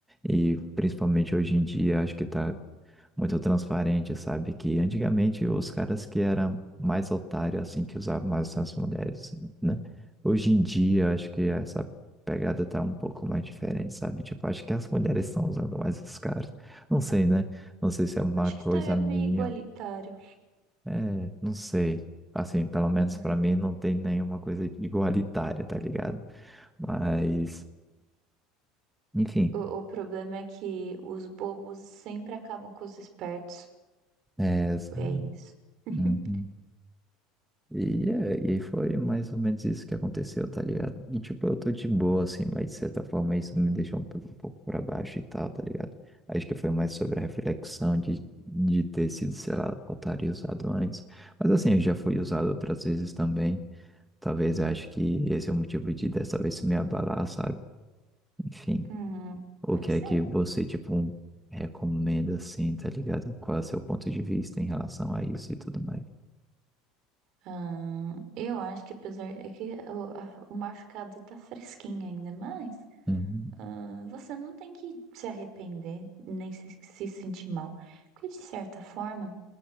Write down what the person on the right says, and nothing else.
acho
que está meio
igualitário.
Hum.
O, o problema é que os bobos sempre acabam com os espertos.
É isso. <laughs>
Hum,
pode
ser.
Ah, eu acho que apesar é que o, a- o machucado tá fresquinho ainda, mas
Ah, você não tem que se arrepender, nem se, se sentir mal, porque de certa forma